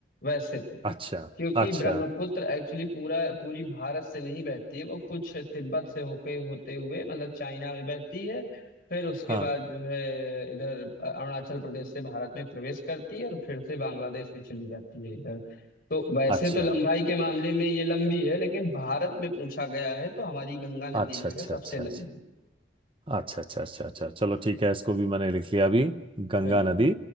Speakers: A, on the left (about 50°); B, on the right (about 30°).
A: वैसे तो।
B: अ, अच्छा
A: क्योंकि
B: अच्छा
A: ब्रह्मपुत्र एक्चुअली पूरा पूरी भारत से नहीं बहती है वो कुछ तिब्बत से होके होते हुए मतलब चाइना में बहती है फिर उसके
B: हाँ
A: बाद जो है इधर अरुणाचल प्रदेश से भारत में प्रवेश करती है और फिर से बांग्लादेश में चली जाती है इधर तो वैसे
B: अच्छा
A: तो लंबाई के मामले में ये लंबी है लेकिन भारत में पूछा गया है तो हमारी गंगा नदी
B: अच्छा
A: जो
B: अच्छा
A: है सबसे
B: अच्छा
A: लंबी
B: अच्छा अच्छा अच्छा अच्छा अच्छा चलो ठीक है इसको भी मैंने लिख लिया अभी गंगा
A: बिल्कुल
B: नदी